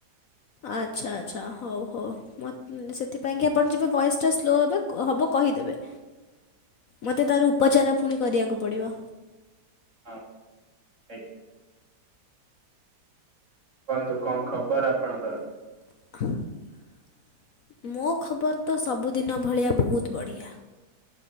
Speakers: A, on the left; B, on the right.
A: ଆଚ୍ଛା ଆଚ୍ଛା ହଉ ହଉ ମତେ ସେଥିପାଇଁ କିି ଆପଣ ଯିବେ ଭଏସ୍ ଟା ସ୍ଲୋ ହେବେ ଅ ହବ କହିଦେବେ। ମତେ ତାର ଉପଚାରା ଫୁଣି କରିବାକୁ ପଡ଼ିବ।
B: ହଁ ଠିକ୍। କୁହନ୍ତୁ କଂ ଖବର ଆପଣଙ୍କର?
A: <inaudible> ମୋ ଖବର ତ ସବୁଦିନ ଭଳିଆ ବହୁତ ବଢ଼ିଆ।